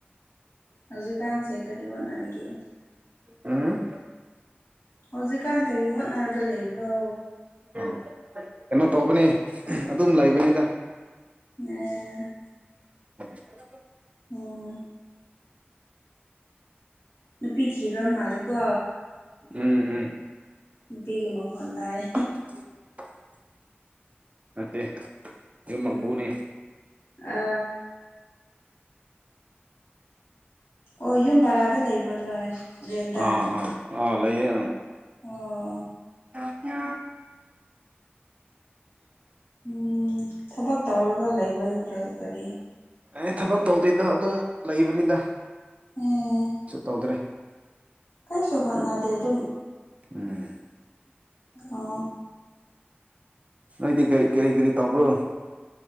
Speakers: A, on the left; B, on the right.
A: ꯍꯧꯖꯤꯛꯀꯥꯟꯁꯦ ꯀꯔꯤ ꯍꯠꯅꯔꯤꯒꯦ
B: ꯎ
A: ꯍꯧꯖꯤꯛꯀꯥꯟ ꯀꯔꯤ ꯍꯣꯠꯅꯔꯒ ꯂꯩꯕ꯭ꯔꯣ
B: ꯎꯝ ꯀꯩꯅꯣ ꯇꯧꯕꯅꯤ ꯑꯗꯨꯝ ꯂꯩꯕꯅꯤꯗ
A: ꯑ
B: <inaudible>
A: ꯑꯣ ꯅꯨꯄꯤꯤꯊꯤ ꯔꯝ ꯃꯥꯂꯀꯣ
B: ꯎꯝ ꯎꯝ
A: ꯅꯨꯄꯤꯒꯤ ꯃꯈꯣꯟꯗꯥꯏ
B: <inaudible> ꯃꯦ ꯌꯃ
A: ꯎꯝ
B: ꯄꯨꯅꯦ
A: ꯑ ꯑꯣ ꯌꯨꯝ ꯕꯔꯥꯗ ꯂꯩꯕ꯭ꯔꯣ ꯅꯣꯏ ꯔꯦꯟꯗ
B: ꯑꯥ ꯑꯥ ꯑꯥ ꯂꯩꯌꯦ
A: ꯑꯣ
B: ꯑ ꯀ
A: ꯎꯝ ꯊꯕꯛ ꯇꯧꯔꯒ ꯂꯩꯕ꯭ꯔꯥ ꯅꯠꯇ꯭ꯔꯒ ꯀꯔꯤ
B: ꯑꯦ ꯊꯕꯛ ꯇꯧꯗꯣꯏꯗ ꯑꯗꯨꯝ ꯂꯩꯕꯅꯤꯗ
A: ꯑꯦ
B: ꯇꯧꯗ꯭ꯔꯦ
A: ꯀꯩꯁꯨ ꯍꯣꯠꯅꯗꯦ ꯑꯗꯨꯝ
B: ꯎꯝ
A: ꯑꯣ
B: ꯅꯣꯏꯗꯤ ꯀ ꯀꯔꯤ ꯀꯔꯤ ꯇꯧꯕ꯭ꯔꯣ